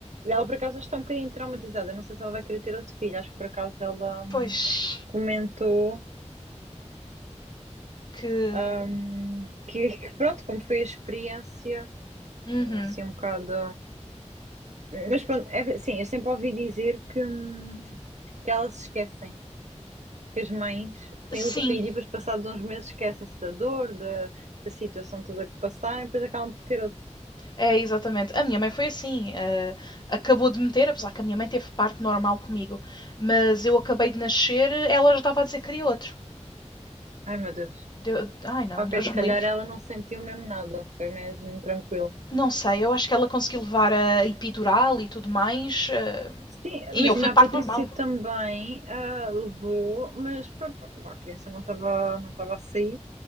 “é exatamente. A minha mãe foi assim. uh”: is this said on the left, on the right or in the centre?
Left